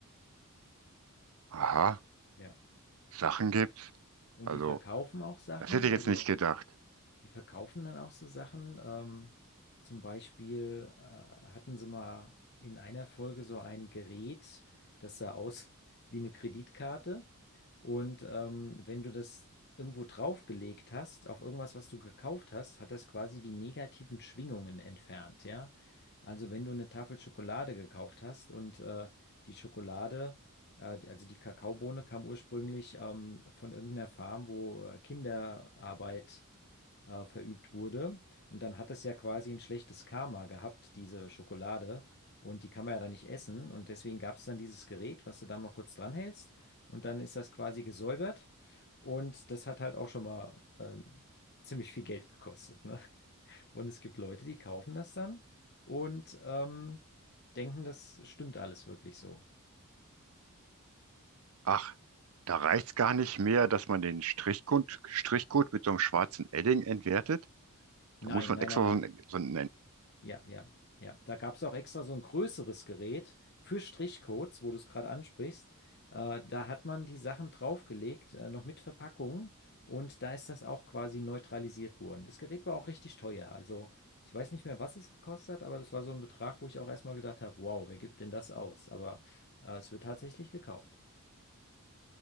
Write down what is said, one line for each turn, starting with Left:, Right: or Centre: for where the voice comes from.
Right: aha,
Left: Ja.
Right: Sachen gibt.
Left: Und
Right: Also,
Left: die verkaufen auch Sachen,
Right: das hätte ich
Left: also.
Right: jetzt nicht gedacht.
Left: Die verkaufen dann auch so Sachen. Ähm, zum Beispiel äh, hatten sie mal in einer Folge so ein Gerät, das sah aus <laughs> wie eine Kreditkarte. Und ähm, wenn du das irgendwo draufgelegt hast, auf irgendwas, was du gekauft hast, hat das quasi die negativen Schwingungen entfernt, ja. Also wenn du eine Tafel Schokolade gekauft hast und äh, die Schokolade, äh, die- also die Kakaobohne kam ursprünglich ähm, von irgendeiner Farm, wo äh, Kinderarbeit äh, verübt wurde. Und dann hat es ja quasi ein schlechtes Karma gehabt, diese Schokolade. Und die kann man ja dann nicht essen. Und deswegen gab es dann dieses Gerät, was du da mal kurz dranhältst. Und dann ist das quasi gesäubert. Und das hat halt auch schon mal äh, ziemlich viel Geld gekostet, ne? Und es gibt Leute, die kaufen das dann und ähm, denken, das stimmt alles wirklich so.
Right: Ach, da reicht's gar nicht mehr, dass man den Strichcode, Strichcode mit so einem schwarzen Edding entwertet.
Left: Nein,
Right: Da muss man
Left: nein,
Right: extra
Left: nein, nein,
Right: so ein, so ein,
Left: Ja, ja, ja. Da gab es auch extra so ein größeres Gerät für Strichcodes, wo du es gerade ansprichst. Äh, da hat man die Sachen draufgelegt, äh, noch mit Verpackung. Und da ist das auch quasi neutralisiert worden. Das Gerät war auch richtig teuer. Also ich weiß nicht mehr, was es gekostet hat, aber das war so ein Betrag, wo ich auch erstmal gedacht habe, wow, wer gibt denn das aus? Aber äh, es wird tatsächlich gekauft.